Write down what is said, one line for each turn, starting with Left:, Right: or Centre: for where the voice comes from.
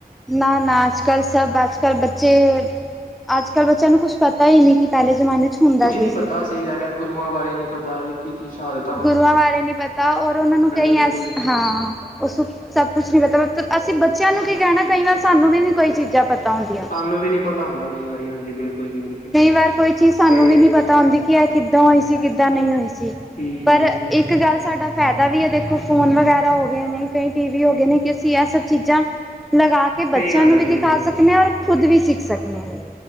Centre: ਨਾ ਨਾ, ਅੱਜ-ਕੱਲ ਸਭ ਅੱਜ-ਕੱਲ੍ਹ ਬੱਚੇ ਅੱਜ-ਕੱਲ ਬੱਚਿਆਂ ਨੂੰ ਕੁਝ ਪਤਾ ਹੀ ਨਹੀਂ ਕਿ ਪਹਿਲੇ ਜਮਾਨੇ ਚ। ਹੁੰਦਾ
Left: ਕੁਛ
Centre: ਕੀ
Left: ਨੀ ਪਤਾ
Centre: ਸੀ
Left: ਸਹੀ ਗੱਲ ਹੈ। ਗੁਰੂਆਂ ਬਾਰੇ ਨਹੀਂ ਪਤਾ ਕੀ -ਕੀ ਸ਼ਹਾਦਤ
Centre: ਗੁਰੂਆਂ ਬਾਰੇ ਨੀ ਪਤਾ ਔਰ ਉਹਨਾਂ ਨੂੰ ਕਈ
Left: ਕੀਤੀ
Centre: ਹਾਂ ਉਸ ਸਭ ਕੁਛ ਨੀ ਮਤਲਬ ਅਸੀਂ ਬੱਚਿਆਂ ਨੂੰ ਕੀ ਕਹਿਣਾ ਕਈ ਵਾਰ ਸਾਨੂੰ ਵੀ ਨੀ ਕੋਈ ਚੀਜ਼ਾਂ ਪਤਾ ਹੁੰਦੀਆਂ।
Left: ਮੈਨੂੰ ਵੀ ਨ ਪਤਾ ਹੁੰਦਾ ਕਈ ਵਾਰੀ ਹਾਂਜੀ, ਬਿਲਕੁਲ ਜੀ, ਬਿਲਕੁਲ।
Centre: ਕਈ ਵਾਰ ਕੋਈ ਚੀਜ਼ ਸਾਨੂੰ
Left: ਤੇ
Centre: ਵੀ ਨਹੀਂ ਪਤਾ ਹੁੰਦੀ ਕਿ ਇਹ ਕਿੱਦਾਂ ਹੋਈ ਸੀ, ਕਿੱਦਾਂ ਨਹੀਂ ਹੋਈ ਸੀ।
Left: ਹਮ
Centre: ਪਰ ਇੱਕ ਗੱਲ ਸਾਡਾ ਫਾਇਦਾ ਵੀ ਹੈ, ਦੇਖੋ ਫੋਨ ਵਗੈਰਾ ਹੋ ਗਏ ਨੇ, ਕਈ ਟੀ-ਵੀ ਹੋ ਗਏ ਨੇ, ਕਿ ਅਸੀਂ ਇਹ ਸਭ ਚੀਜ਼ਾਂ ਲਗਾ ਕੇ ਕਿ ਬੱਚਿਆਂ
Left: ਸਹੀ ਗੱਲ
Centre: ਨੂੰ
Left: ਹੈ ਜੀ
Centre: ਵੀ ਦਿਖਾ
Left: ਬਿਲਕੁਲ
Centre: ਸਕਦੇ ਹਾਂ, ਔਰ ਖੁਦ ਵੀ ਸਿੱਖ ਸਕਦੇ ਹਾਂ,